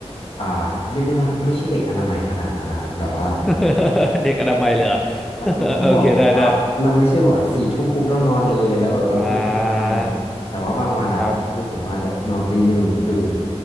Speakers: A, on the left; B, in the centre.
A: อ่าเรียกได้ว่าไม่ใช่เด็กอนามัยขนาดนั้นนะครับแบบว่า
B: <laughs> เด็กอนามัยเลยเหรอ
A: เราต้องบอกว่าเราไม่ใช่ว่าสี่ทุ่มปุ๊บเรานอนเลยแล้วแบบเราตื่นแล้าอะไรเงี้ยแต่ว่าบางวันอ่ะคือผมอาจจะนอนตีหนึ่งตื่น
B: <laughs> โอเคได้ได้อ่าครับ